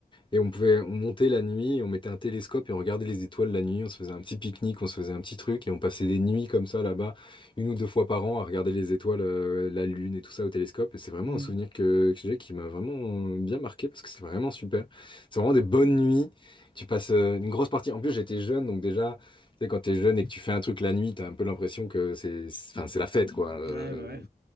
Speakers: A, on the left; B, on the right.
A: et on pouvait, on montait la nuit, on mettait un télescope et on regardait les étoiles la nuit, on se faisait un petit pique-nique, on se faisait un petit truc et on passait des nuits comme ça là-bas, une ou deux fois par an, à regarder les étoiles, euh, la lune et tout ça au télescope. Et c'est vraiment
B: Hmm.
A: un souvenir que, que j'ai qui m'a vraiment bien marqué parce que c'est vraiment super. C'est vraiment des bonnes nuits. Tu passes euh, une grosse partie. En plus, j'étais jeune, donc déjà, tu sais, quand t'es jeune et que tu fais un truc la nuit, t'as un peu l'impression que c'est, c'est- enfin, c'est la fête, quoi. Euh,
B: Ouais, bah ouais.